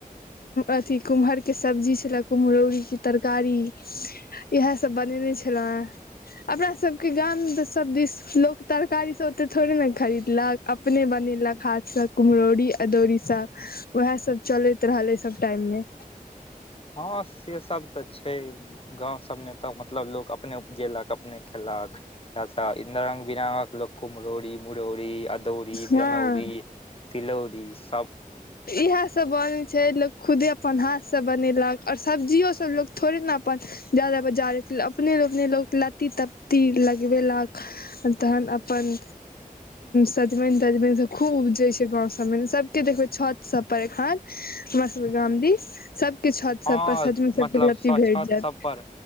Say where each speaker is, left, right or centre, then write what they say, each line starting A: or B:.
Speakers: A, on the left; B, on the left.
A: अथी कुम्हर के सब्जी छले कुम्हरौरी तरकारी इएहसभ बनेने छलहुँ हे अपना सबके गाम सब दिस लोक तर कारी सब ओते थोड़े ने खरीदलक अपने बनेलक हाथसँ कुम्हरौरी अदौरी सभ उएह सभ चलैत रहलै उ सभ टाईम मे
B: हँ से सब तऽ छै गांव सब में तऽ मतलब लोक अपने उपजेलक अपने खेलक य रंग बिरंगक लोक कुम्हरौरी मुरौरी अ दौरी
A: हँ
B: जनौरी तिलौरी सब
A: इएहसभ बनै छै लोक खुदे अपन हाथसँ बनेलक आओर सब्जियो सभ लोक थोड़े ने अपन ज्यादा बजार अपने अपने लोक लत्ती तत्ती लगबेलक तहन अपन सजमनि तजमनि सब खूब उपजे छै गाँव सबमे सबके देखबै छत सबपर एखन हमर सब के गाम दीस सब किछु छत
B: हँ
A: सब पर सचमैन सबके
B: मतलब
A: लत्ती
B: छत
A: भेट जायत
B: सब पर